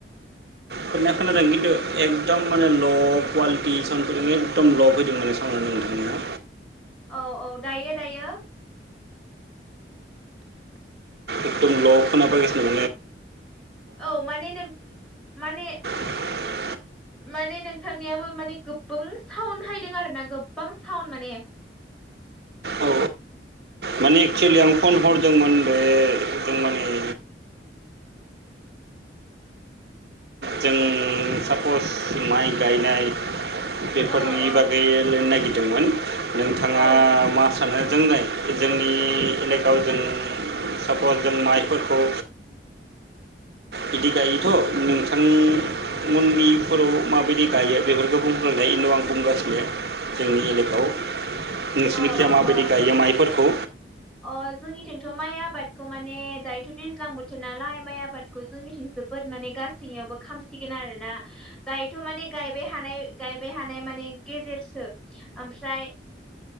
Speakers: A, on the right; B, in the centre.
A: खोनाया खोनादों खिन्थु एकदम माने ल' कुवालिटि साउन्ड फैदों एकदम ल' फैदों माने साउन्डआ। नोंथांनिया
B: औ औ दायो दायो
A: एदम ल खोनाफैगासिनो।
B: औ माने नों माने
A: <unintelligible>
B: माने नोंथांनियाबो माने गोबां साउन्डहायदों आरो ना गोबां साउन्ड माने।
A: औ माने एक्सुलि आं फन हरदोंमोन बे जों माने <inaudible> जों सापस माइ गायनाय बेफोरनि
B: औ औ
A: बागै लिरनो नागिरदोंमोन नोंथाङा
B: औ
A: मास सानो जोंनाय जोंनि एलेकायाव जों सापस जों माइफोरखौ बिदि गायोथ नों थां उननि फोराव माबायदि गायो बेफोरखौ बुंग्राय उनाव आं बुंगासिनो। जोंनि एलेकायाव नोंसोरनिखिया
B: अ अ
A: माबायदि
B: अ
A: गायो माइफोरखौ?
B: अ जोंनिथिंथ' माइ आबादखौ माने दायोथ' दैज्लां बोथोर नालाय माइ आबादखौ जोंनिथिं जोबोद माने गासैनियावबो खामसिगोन आरोना दायोथ माने गायबाय हानाय गायबाय हानाय माने गेजेरसो आमफ्राय